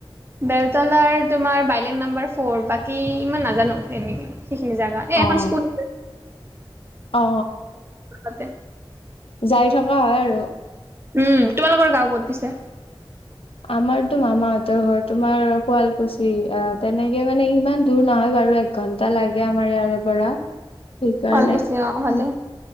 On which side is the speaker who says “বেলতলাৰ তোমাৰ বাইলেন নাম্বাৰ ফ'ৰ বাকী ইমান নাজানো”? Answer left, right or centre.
Right